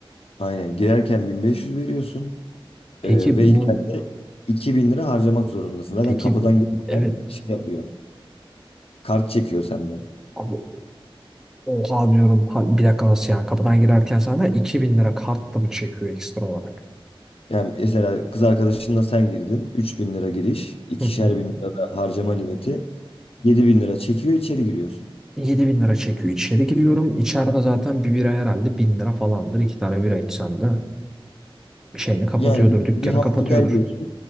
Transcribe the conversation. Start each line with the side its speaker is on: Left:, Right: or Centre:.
Left: Aynen girerken 1500 veriyorsun
Centre: Peki
Left: e, ve
Centre: bu
Left: iki- 2000 lira harcamak zorundasın. Zaten
Centre: peki
Left: kapıdan gelirken
Centre: evet
Left: şey yapıyor. Kart çekiyor senden.
Centre: abi oha diyorum. Ha, bir dakika nasıl yani? Kapıdan girerken sana 2000 lira kartla mı çekiyor ekstra olarak?
Left: Yani mesela kız arkadaşınla sen girdin. üç bin lira giriş, ikişer
Centre: Hı hı.
Left: bin lira da harcama limiti. yedi bin lira çekiyor, içeri giriyorsun.
Centre: 7000 lira çekiyor. İçeri giriyorum. İçeride zaten bir bira herhalde 1000 lira falandır. İki tane bira içsem de. şeyini kapatıyordur,
Left: Yani
Centre: dükkanı
Left: bir hamburger
Centre: kapatıyordur.
Left: yiyorsun.